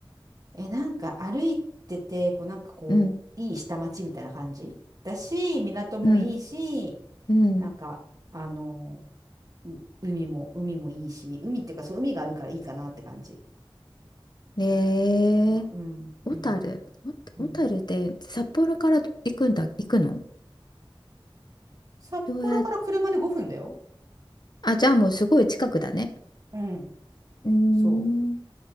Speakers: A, on the right; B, on the left.
A: え、なんか歩いてて、こう、なんかこう、
B: うん。
A: いい下町みたいな感じだし、港もいいし、
B: うん。うん。
A: なんか、あの、う海も、海もいいし、海っていうか、そう、海があるからいいかなって感じ。
B: えー、
A: あうん、
B: 小樽、
A: うん、
B: お小樽って札幌から行くんだ、
A: うん。
B: 行くの
A: 札幌から車で5分だよ。
B: どうや、あ、じゃあもうすごい近くだね。
A: うん、
B: うーん、
A: そ